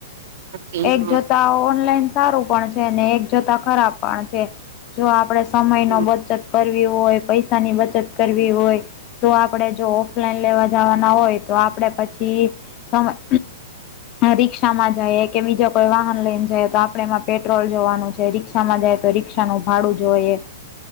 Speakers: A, on the right; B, on the left.
A: નથી
B: એક
A: હા
B: જોતા ઓનલાઈન સારું પણ છે ને એક જોતા ખરાબ પણ છે જો આપડે સમયનો
A: હમ
B: બચત કરવી હોય, પૈસાની બચત કરવી હોય તો આપડે જો ઓફલાઈન લેવા જવાના હોય તો આપડે પછી સમય રીક્ષામાં જઈએ કે બીજા કોઈ વાહન લઈને જઈ તો આપડે એમાં પેટ્રોલ જોવાનું છે રીક્ષામાં જાય તો રીક્ષાનું ભાડું જોયે